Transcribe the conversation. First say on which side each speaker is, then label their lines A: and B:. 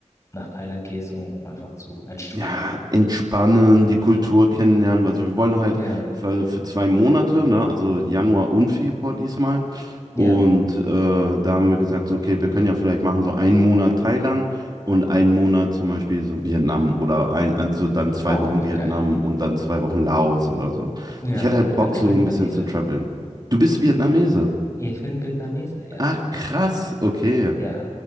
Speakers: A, on the left (about 25°); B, on the right (about 35°).
A: nach Thailand gehst, um einfach zu entspannen.
B: ja, entspannen, die Kultur kennenlernen. Also wir wollen halt
A: Ja,
B: für, für zwei Monate, ne, also Januar und Februar diesmal.
A: ja.
B: Und äh, da haben wir gesagt, so, okay, wir können ja vielleicht machen so einen Monat Thailand und einen Monat zum Beispiel so Vietnam oder ein, also dann zwei
A: Oh, auch
B: Wochen Vietnam
A: geil.
B: und dann zwei Wochen Laos oder so.
A: Ja,
B: Ich hätte halt
A: ich bin
B: Bock,
A: tatsächlich
B: so
A: Vietnamese.
B: ein bisschen zu traveln. Du bist Vietnamese.
A: Ja, ich bin Vietnamese. Ja,
B: Ach,
A: genau.
B: krass, okay.
A: Ja.